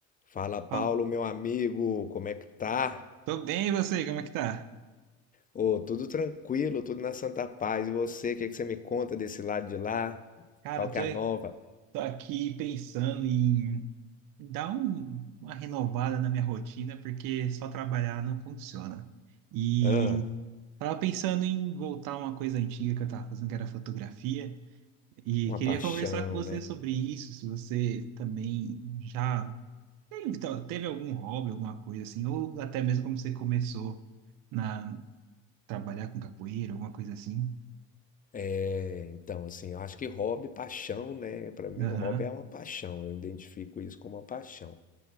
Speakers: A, on the left (about 25°); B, on the right (about 65°).
A: Fala, Paulo,
B: Fala-
A: meu amigo, como é que tá?
B: Tô bem, e você? Como é que tá?
A: Ô, tudo tranquilo, tudo na santa paz. E você, o que é que você me conta desse lado de lá?
B: Cara,
A: Qual
B: eu
A: que
B: tô,
A: é a nova?
B: tô aqui pensando em dar um- uma renovada na minha rotina, porque só trabalhar não funciona. E
A: Ah,
B: tava pensando em voltar a uma coisa antiga que eu tava fazendo, que era fotografia, e
A: uma
B: queria
A: paixão,
B: conversar com você
A: né?
B: sobre isso, se você também já teve, então, teve algum hobby, alguma coisa assim, ou até mesmo como você começou na trabalhar com capoeira, alguma coisa assim.
A: É, então, assim, eu acho que hobby, paixão, né? Pra mim,
B: Aham.
A: o hobby é uma paixão. Eu identifico isso como uma paixão.